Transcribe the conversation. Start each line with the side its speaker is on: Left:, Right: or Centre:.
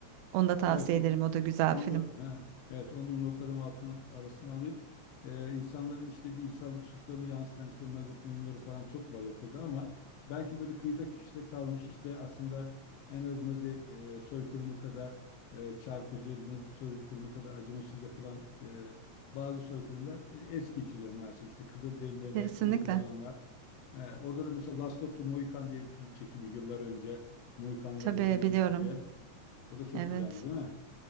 Right: Onu da tavsiye
Left: Evet, o-
Right: ederim. O da güzel
Left: onu
Right: bir film.
Left: da ha, evet onu da notlarım altına arasına alayım. Ee, insanların işlediği insanlık suçlarını yansıtan işte Nazi filmleri falan çok var yapıldı ama belki böyle kıyıda köşede kalmış işte aslında en az Nazi e, soykırımı kadar e, çarpıcı, Nazi soykırımı kadar acımasız yapılan e, bazı soykırımlar e, es geçiliyor maalesef. İşte Kızılderililere
Right: Kesinlikle.
Left: uygulananlar. E, orada da mesela Last of the Mohican diye bir film çekildi yıllar önce. Mohikanların
Right: Tabii
Left: sonuncusu
Right: biliyorum.
Left: diye. O da çok
Right: Evet.
Left: güzeldi, değil mi?